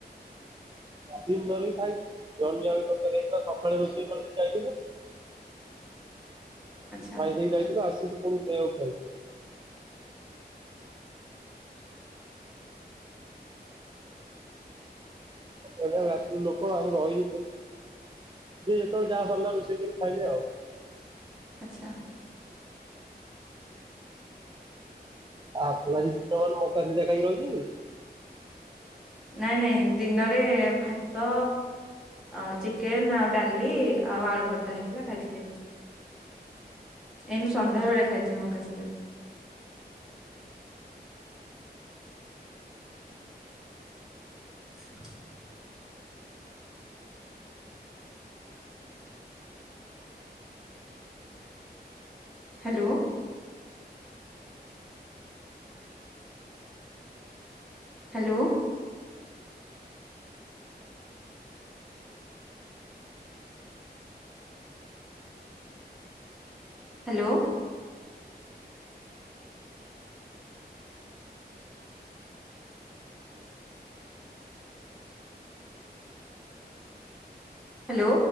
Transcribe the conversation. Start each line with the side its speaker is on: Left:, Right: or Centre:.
Right: ଦିନରେ ବି ଖାଇଛି <unintelligible> ସକାଳେ ରୋଷେଇ କରିଦିଆହେଇଥିଲା।
Centre: ଆଚ୍ଛା
Right: ଖାଇ ଯାଇଥିଲ ଆସିକି ପୁଣି ସେଆକୁ ଖ ଏ ଲୋକ ଆଉ ରହିଛି ଯିଏ ଯେତେବେଳେ ଯାହା ପାରିଲା ରୋଷେଇ କରି ଖାଇଲେ ଆଉ।
Centre: ଆଚ୍ଛା।
Right: ଆ ଆପଣ ଆଜି ଦିନ ମାନ ମକା ଶିଝା ଖାଇକି ରହିଛନ୍ତି।
Centre: ନାଇଁ ନାଇଁ ଦିନରେ ଭାତ ଅ ଚିକେନ ଆଉ ଡାଲି ଆଉ ଆଳୁ ଭର୍ତା ହେଇଥିଲା ଖାଇଥିଲି। ଏଇନୁ ସନ୍ଧ୍ୟା ବେଳେ ଖାଇଛି ମକା ସିଝା। ହଁ <unintelligible> ହ୍ୟାଲୋ ହ୍ୟାଲୋ ହ୍ୟାଲୋ। ହ୍ୟାଲୋ